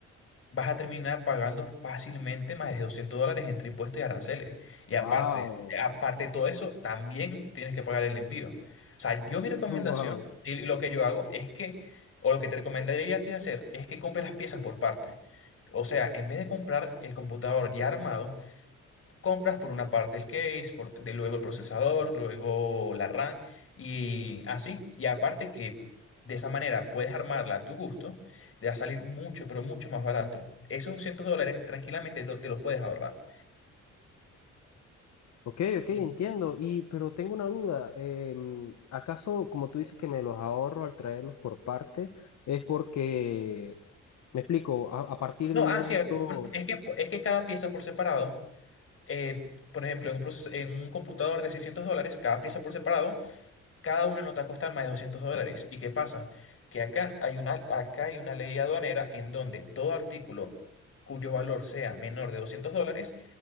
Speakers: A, on the left (about 45°); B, on the left (about 60°).
A: vas a terminar pagando fácilmente más de 200 dólares entre impuestos y aranceles. Y
B: Wow,
A: aparte, aparte de todo eso, también tienes que pagar el envío. O sea, yo mi recomendación
B: <laughs> wow.
A: y lo que yo hago es que, o lo que te recomendaría a ti hacer, es que compres las piezas por parte. O sea, en vez de comprar el computador ya armado, compras por una parte el case, por, de luego el procesador, luego la RAM y así. Y aparte que de esa manera puedes armarla a tu gusto, te va a salir mucho, pero mucho más barato. Esos 200 dólares tranquilamente lo- te lo puedes ahorrar.
B: Ok, ok,
A: Y-
B: entiendo. Y pero tengo una duda. em, ¿acaso, como tú dices que me los ahorro al traerlos por parte, es porque, me explico, a a partir
A: No,
B: de un
A: así
B: monto
A: es es que, es que cada pieza por separado, eh, por ejemplo, en un proceso, en un computador de 600 dólares, cada pieza por separado Cada una no te va a costar más de 200 dólares. ¿Y qué pasa? Que acá hay una, acá hay una ley aduanera en donde todo artículo cuyo valor sea menor de 200 dólares